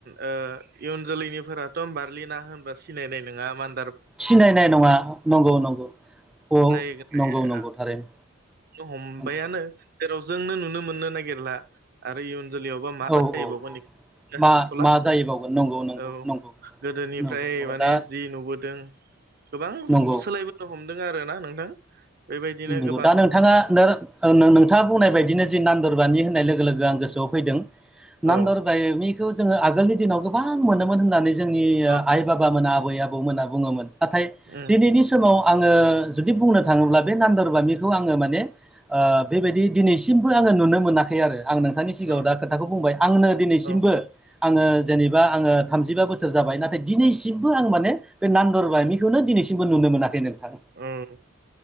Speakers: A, on the right; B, in the centre.
A: ओ इयुन जोलैनिफोराथ' बारलिना होनबा सिनायनाय नोङा मान
B: सिनायनाय नङा नंगौ नंगौ औ
A: <unintelligible>
B: नंगौ नंगौ थारैनो
A: हमबायानो
B: नंगौ
A: जेराव जोंनो नुनो मोननो नागिरला आरो इयुन जोलैयावबा मा
B: औ
A: जाहैबावगोन
B: औ
A: हाथ'ला
B: मा मा जायोबावगोन नंगौ नंगौ
A: औ
B: नंगौ
A: गोदोनिफ्राय
B: नंगौ नंगौ
A: माने
B: दा
A: जि नुबोदों गोबां
B: नंगौ
A: सोलायबो हमदों आरो ना नोंथां बेबायदिनो
B: नोंग'
A: गोबां
B: दा नोंथाङा नोर ओ नो नो नोंथाङा बुंनाय बायदिनो जे नान्दोरबानि होननाय लोगो लोगो आं गोस सो आव फैदों नान्दार
A: औ
B: जोङो आगोलनि दिनाव गोबां मोनोमोन होननानै जोंनि
A: औ
B: आइ बाबाोना आबै आबौमोना बुङोमोन नाथाय
A: उम
B: दिनैनि समाव आङो जुदि बुंनो थाङोब्ला। बे नान्दर बामिखौ आङो माने ओ बेबायदि दिनैसिमबो आङो नुनो मोनाखै आरो। आं नोंथांनि सिगाङाव
A: औ
B: दा खोथाखौ बुंबाय आंनो दिनैसिमबो
A: औ
B: आङो जेनेबा आङो थामजिबा बोसोर जाबाय नाथाय दिनैसिमबो आं माने बे नांन्द'रबामि खौनो दिनैसिमबो नुनो मोनाखै नोंथां
A: ओम